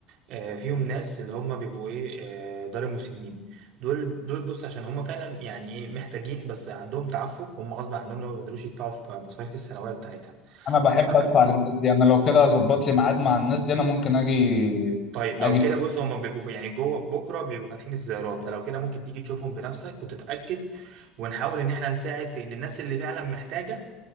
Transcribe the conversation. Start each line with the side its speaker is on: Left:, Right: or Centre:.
Right: آه، فيهم ناس اللي هم بيبقوا ايه آه، دار المسنين دول دول بص عشان هم فعلا يعني ايه محتاجين بس عندهم تعفف هم غصب عنهم لو ما بيقدروش يدفعوا في مصاريف الثانويه بتاعتها
Left: انا بحب
Right: ف-
Left: ادفع للناس دي انا لو كده هظبط لي ميعاد مع الناس دي انا ممكن اجي
Right: طيب
Left: اجي
Right: لو
Left: في-
Right: كده بص هم بيبقوا في- يعني جوه بكره بيبقوا فاتحين الزيارات فلو كده ممكن تيجي تشوفهم بنفسك وتتاكد ونحاول ان احنا نساعد في ان الناس اللي فعلا محتاجه